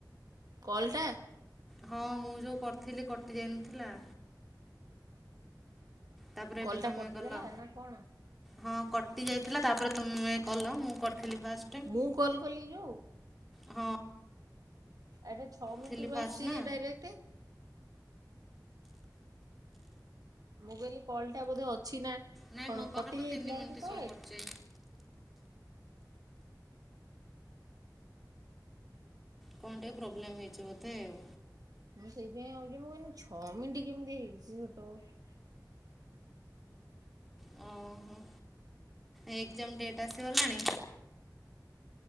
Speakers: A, on the right; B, in the centre.
A: କଲଟା।
B: ହଁ ମୁଁ ଯୋଉ କରିଥିଲି କଟି ଯାଇନଥିଲା। ତାପରେ
A: କଲ୍
B: ଏବେ
A: ଟା
B: ତମେ
A: କଟିଗଲା
B: କଲ।
A: ନା କଣ?
B: ହଁ କଟି ଯାଇଥିଲା ତାପରେ ତୁମେ କଲ ମୁଁ କରିଥିଲି ଫାଷ୍ଟ।
A: ମୁଁ କଲ୍ କଲି ଯେଉ।
B: ହଁ।
A: ଆରେ ଛଅ ମିନିଟ୍
B: ଥିଲି
A: ରୁ
B: ଫାଷ୍ଟ
A: ଆସୁଛି
B: ନା।
A: ଯେ ଡାଇରେକ୍ଟ। ମୁଁ କହିଲ କଲ ଟା ବୋଧେ ଅଛି ନା
B: ନାଇଁ
A: କଣ
B: ମୋ ପାଖରେ
A: କଟି
B: ତ
A: ଯାଇଥିଲା
B: ତିନି ମିନିଟ୍
A: ସେତେବେଳେ।
B: ଶୋ କରୁଛି କଣ ଟିକେ ପ୍ରୋବ୍ଲେମ୍ ହେଇଛି ବୋଧେ ଆଉ।
A: ମୁଁ ସେଇଥିପାଇଁ ଭାବୁଚି ମୁଁ କହିଲି ଛଅ ମିନିଟ୍ କେମିତି ହେଇଛି ସେତବେଳୁ।
B: ଅଁ ହଁ। ଏକ୍ଜାମ ଡେଟ୍ ଆସିଗଲାଣି।